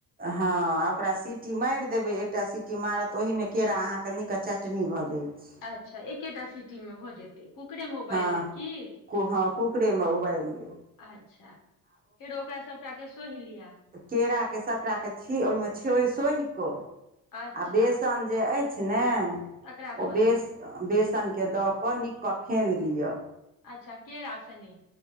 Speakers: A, on the right; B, on the left.
A: हँ आ ओकरा सीटी माईर देबै, एकटा सीटी मारत त ओहिमे केरा अहाँके नीक क चटनी भऽ जाइ छै।
B: अच्छा एकेटा सिटी में भऽ जे ते, कुकरे में उवाइल
A: हँ
B: लेब की?
A: कु हँ कुकरेमे उबालि लेब
B: अच्छा। फेरो ओकरा सबटा के सोइह‌ लिया।
A: केरा के सबटा के छी-ओइ में छोइ-सोइह कऽ
B: अच्छा
A: आ बेसन जे अइ छ ने?
B: तकरा
A: ओ
B: धऽ
A: बेस-बेसन
B: दियौ
A: के दऽ कऽ नीक कऽ फेन लिअ।
B: अच्छा केरा सने?